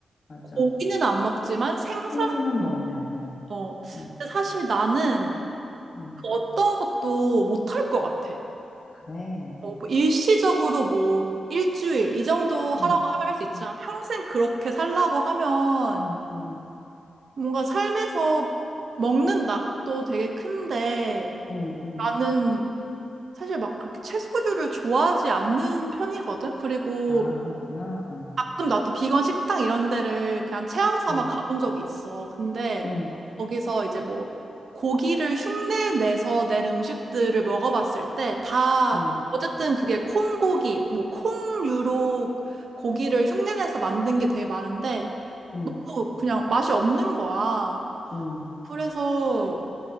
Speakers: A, on the left; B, on the right.
A: 맞아.
B: 고기는 안 먹지만 생선
A: 생선은 먹는, 어,
B: 어,
A: 응,
B: 근데 사실 나는
A: 응,
B: 그 어떤 것도 못할 것 같아.
A: 그래.
B: 어, 뭐 일시적으로 뭐 일주일 이 정도 하라고
A: 응,
B: 하면 할 수 있지만
A: 응
B: 평생 그렇게 살라고 하면
A: 응, 응,
B: 뭔가 삶에서 먹는 낙도 되게 큰데
A: 응, 응.
B: 나는 사실 막 그렇게 채소류를 좋아하지 않는 편이거든. 그리고
A: 아, 그렇구나. 어,
B: 가끔 나도 비건 식당 이런 데를 그냥 체험 삼아
A: 응,
B: 가본 적이 있어. 근데
A: 응,
B: 거기서 이제 뭐 고기를 흉내 내서 낸 음식들을 먹어봤을 때 다
A: 응,
B: 어쨌든 그게 콩고기, 뭐 콩류로 고기를 흉내 내서 만든 게 되게 많은데
A: 응,
B: 뭐 그냥 맛이 없는 거야.
A: 응.
B: 그래서